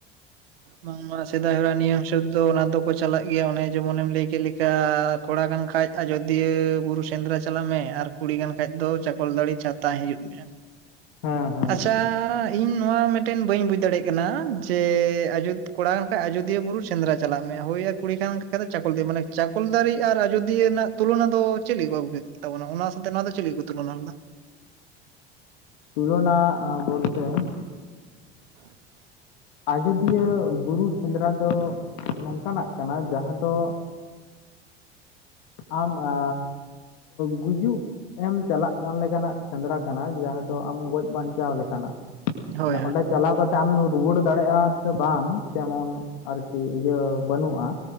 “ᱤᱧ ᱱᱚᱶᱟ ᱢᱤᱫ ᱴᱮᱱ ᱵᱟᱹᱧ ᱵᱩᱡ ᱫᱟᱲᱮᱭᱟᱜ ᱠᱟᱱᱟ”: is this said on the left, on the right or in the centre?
Right